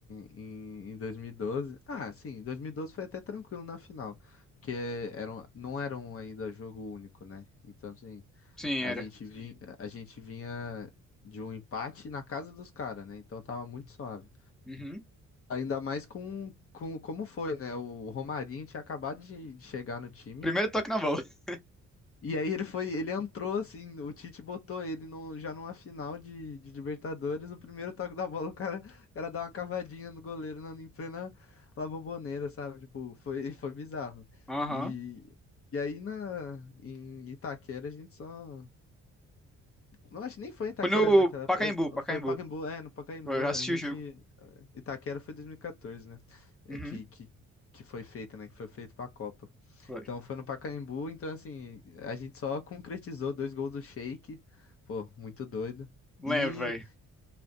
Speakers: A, on the left; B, in the centre.
A: em, em 2012, ah, sim, em 2012 foi até tranquilo na final, porque era, um- não era um ainda jogo único, né? Então, assim,
B: Sim,
A: A
B: era.
A: gente vinha, a gente vinha de um empate na casa dos caras, né? Então tava muito suave.
B: Uhum.
A: Ainda mais com, com como foi, né? O Romarinho tinha acabado de de chegar no time.
B: Primeiro toque na bola. <laughs>
A: E aí ele foi, ele entrou assim, o Tite botou ele no, já numa final de, de Libertadores, o primeiro toque da bola, o cara, o cara dá uma cavadinha no goleiro na, em plena La Bombonera, sabe? Tipo, foi, foi bizarro.
B: Aham.
A: E, e aí na, em Itaquera a gente só Não, acho que nem foi em Itaquera
B: Foi no
A: naquela.
B: Pacaembu,
A: é,
B: Pacaembu.
A: Foi no Pacaembu, é, no Pacaembu.
B: Eu assisti
A: A gente.
B: o jogo.
A: Itaquera foi 2014, né? É,
B: Uhum.
A: que, que, que foi feita, né? Que foi feito pra Copa.
B: Foi.
A: Então foi no Pacaembu, então assim, a gente só concretizou dois gols do Sheik. Pô, muito doido.
B: Lembro,
A: E,
B: velho.